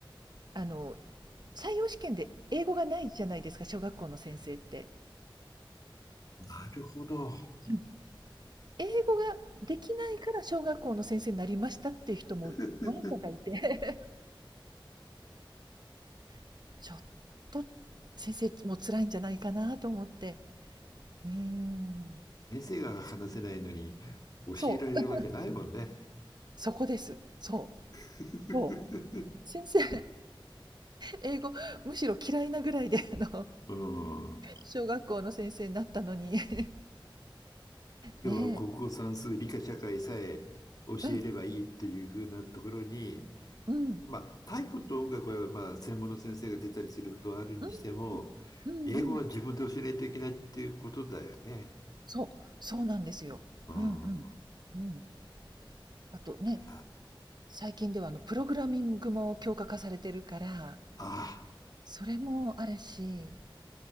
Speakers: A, on the right; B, on the left.
A: あの、採用試験で英語がないじゃないですか、小学校の先生って。
B: なるほど。
A: うん。英語ができないから小学校の先生になりましたっていう人もわんさかいて、
B: <laughs>
A: <laughs> ちょっと先生も辛いんじゃないかなと思って。うーん。
B: 先生が話せないのに教えられるわけないもんね。
A: そう、うん、そこです。そ
B: <laughs>
A: う、そう。先生、英語むしろ嫌いなぐらいで、あの
B: うん。
A: 小学校の先生になったのに <laughs>
B: 要は国語算数、
A: ね
B: 理科社会さえ教えればいいっていう風なところに、
A: え。うん、うん、
B: まあ、体育と音楽はまあ専門の先生が出たりすることはあるにしても、
A: うん、うんうん。
B: 英語は自分で教えないといけないっていうことだよね。
A: そう、そうなんですよ。
B: うん。
A: うんうん。うん。あとね、
B: いや
A: 最近ではあのプログラミングも強化化されてるから、
B: あ
A: それもあるし、